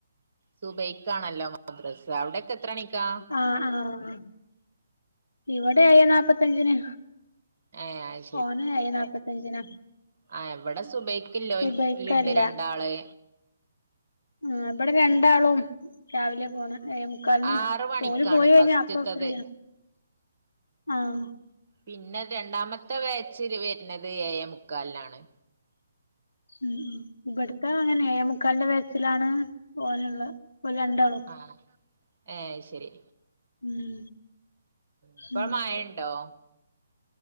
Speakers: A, on the right; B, on the left.
A: സുബൈക്കാണല്ലോ മദ്രസ് അവിടൊക്കെ എത്ര മണിക്കാ
B: ആഹ് ആഹ് ഇവിടെ ഏ യെ നാപത്തഞ്ചിന്
A: ഏഹ് അത്
B: ഓന എയെ നാപ്പത്തി നപ്പത്തഞ്ജിന
A: ആ ഇവിടെ സുബൈക്ക് ലോല്
B: സുബൈക്കല്ല
A: ണ്ട് രണ്ടാള്
B: ആ ഇവിടെ രണ്ടാളും രാവിലെ പോണ ക്കാലിന്
A: ആറ് മണിക്കാണ്
B: ഓല് പോയി കഴിഞ്ഞാ
A: ഫസ്റ്റ്ത്തത്
B: അപ്പ ഫ്രീയ ആഹ
A: പിന്നെ രണ്ടാമത്തെ വേച്ച് ര് വരുന്നത് ഏ എ മുക്കാലിനാണ്
B: ഉം ഉം ഇബടുക്കാ അങ്ങനെഎഴേ മുക്കാലിന്റെ വെ ച്ചിലാണ് ഓനുള്ളത് ഒല് രണ്ടാളും
A: ആ ഏ ശരി
B: ഉം
A: ഇപ്പ
B: ഉം
A: മയണ്ടോ